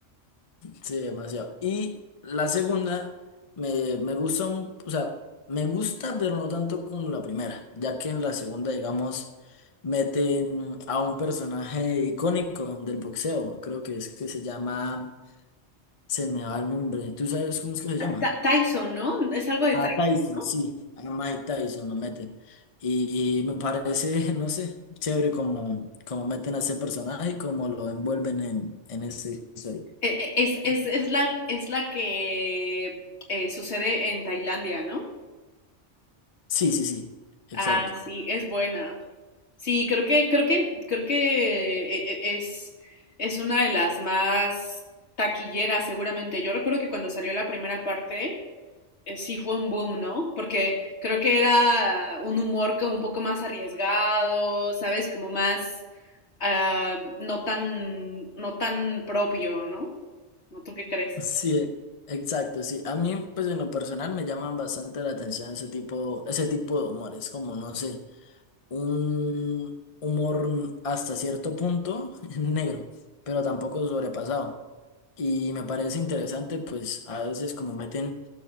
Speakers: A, on the left; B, on the left.
A: Sí, demasiado. Y la segunda me, me gusta, un- o sea, me gusta, pero no tanto como la primera, ya que en la segunda, digamos, meten a un personaje icónico del boxeo, creo que es que se llama, se me va el nombre, ¿tú sabes cómo es que se
B: Ta-
A: llama?
B: Ta- Tyson, ¿no? Es algo de
A: A
B: Tyson,
A: Tyson,
B: ¿no?
A: sí, a Mike Tyson lo meten. Y, y me parece, <laughs> no sé, chévere como, como meten a ese personaje y como lo envuelven en, en esa historia.
B: E- e- Es, es, es la, es la que eh, sucede en Tailandia, ¿no?
A: Sí, sí, sí, exacto.
B: Ah, sí, es buena. Sí, creo que, creo que, creo que eh, eh, es, es una de las más taquilleras, seguramente. Yo recuerdo que cuando salió la primera parte, eh, sí fue un boom, ¿no? Porque creo que era un humor como un poco más arriesgado, ¿sabes? Como más ah, no tan, no tan propio, ¿no? ¿No tú qué crees?
A: Sí, exacto, sí. A mí, pues en lo personal me llaman bastante la atención ese tipo, ese tipo de humores, como no sé, un humor hasta cierto punto <laughs> negro, pero tampoco sobrepasado. Y me parece interesante, pues a veces como meten,